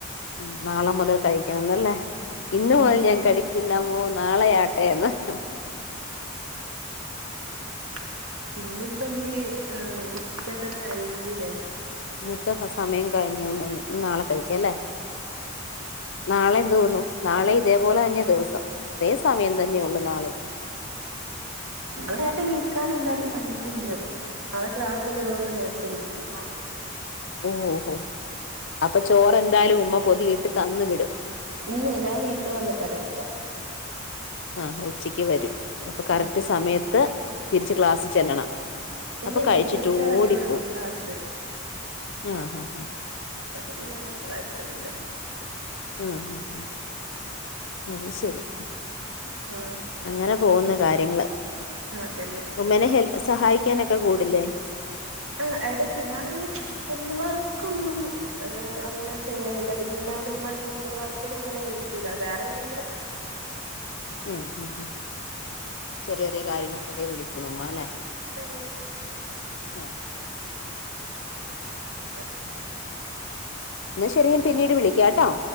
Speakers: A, on the left (about 55°); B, on the right (about 75°).
A: ഉം നാളെ മുതൽ കഴിക്കണംന്നല്ലേ ഇന്ന്
B: ഉം
A: മുതൽ ഞാൻ കഴിക്കില്ല മ്മോ നാളെയാ <unintelligible>
B: <inaudible> ഇന്ന്പ്പഞ്ഞി ഏഹ് ഉച്ചക്കെ കഴിഞ്ഞിലെ
A: ഇന്നത്തെ സമയം കഴിഞ്ഞൂന്ന് ഇനി നാളെ കഴിക്കല്ലേ നാളെ എന്ത് തോന്നും നാളെ ഇതേപോലെ തന്നെ ദിവസം ഇതേ സമയം തന്നെ യൊള്ളു നാലിം
B: <unintelligible> നേര്ത്തെ നീക്കാനന്താലും ചാൻസ് ഉണ്ട് നാളെ ക്ലാസ്സള്ളതോണ്ട് നേർത്തെ നീക്കും
A: ഓഓഹോ അപ്പൊ ചോറെന്തായാലും ഉമ്മ പൊതി ഇട്ട് തന്ന് വിടും
B: ഇല്ല ഞാൻ വീട്ട് വന്നിട്ടാ കഴിക്ക
A: ആ ഉച്ചയ്ക്ക് വരും അപ്പൊ കറക്റ്റ്
B: ഉം
A: സമയത്ത് തിരിച്ച് ക്ലാസ്സി ചെല്ലണം
B: ഇല്ല
A: അപ്പൊ
B: ഇല്ല
A: കഴിച്ചിട്ട്
B: എനിക്ക് ഉച്ച
A: ഓടിപ്പോ
B: വരേ ഉള്ളൂ ക്ലാസ്
A: ആഹ ഹഹ
B: അപ്പൊ പിന്നെ അങ്ങനത്തെ കൊഴപ്പൊന്നൂല്ല
A: ആഹ ഹ അത് ശരി
B: ആഹ്
A: അങ്ങനെ പോകുന്നു കാര്യങ്ങള്
B: അതന്നെ
A: ഉമ്മനെ ഹെൽ സഹായിക്കാനൊക്കെ കൂടില്ലേ
B: ആ എടയ്ക്ക് ഞാനന്നങ്ങനെ അങ്ങനെ കിച്ചന് വർ ക്കൊന്നും ഏഹ് അങ്ങന ചെയ്യാറില്ല <unintelligible> ന്നൊടുമ്മ കിച്ചൺ വർക്കിനു അങ്ങനെ വിളിക്കൂല വേറെ നിങ്ങള ക
A: ഉം ഉം ഉം ചെറേ ചെറേ കാര്യങ്ങൾക്കൊക്കെ വിളികൊള്ളുമ്മ അല്ലെ
B: <unintelligible>
A: ആഹ
B: <inaudible>
A: എന്നാ ശെരി <unintelligible> പിന്നീട് വിളിക്കാട്ടോ